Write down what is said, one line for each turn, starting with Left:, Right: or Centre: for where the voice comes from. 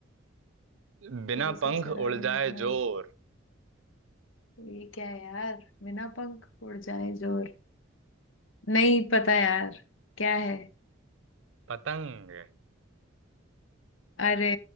Right: है बिना
Left: के पीछे
Right: पंख
Left: चढ़ा
Right: उड़
Left: हुआ
Right: जाए
Left: है।
Right: जोर
Left: ये क्या है यार बिना पंख उड़ जाए जोर नहीं पता यार क्या है
Right: पतंग
Left: अरे